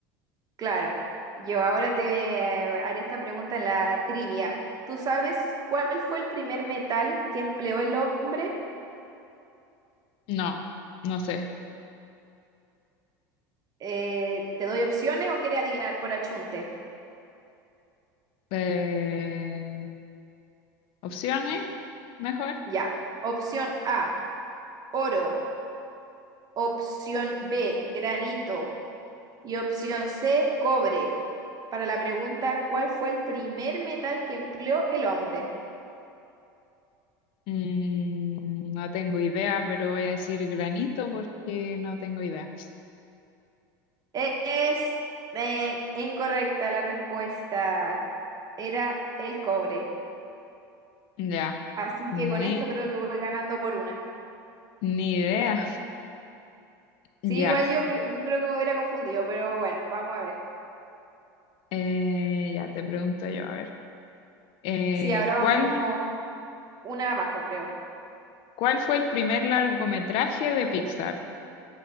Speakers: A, on the right (about 35°); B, on the left (about 60°).
A: Claro. Yo ahora te eh, haré esta pregunta en la trivia. ¿Tú sabes cuál fue el primer metal que empleó el hombre?
B: no, no sé.
A: Eh, ¿te doy opciones o quieres adivinar por achunte?
B: Eh, ¿opciones? Mejor.
A: Ya. Opción A, oro. Opción B, granito. Y opción C, cobre. Para la pregunta, ¿cuál fue el primer metal que empleó el hombre?
B: Mm, no tengo idea, pero voy a decir granito porque no tengo idea.
A: Es eh, incorrecta la respuesta. Era el cobre.
B: Ya,
A: Así
B: ni,
A: que con esto creo que voy ganando por una.
B: ni idea. Ya.
A: Sí, igual yo, cre- yo creo que me hubiera confundido, pero bueno, vamos a ver.
B: Eh, ya te pregunto yo, a ver. Eh,
A: Sí, ahora vamos
B: ¿cuál,
A: una abajo, creo.
B: cuál fue el primer largometraje de Pixar?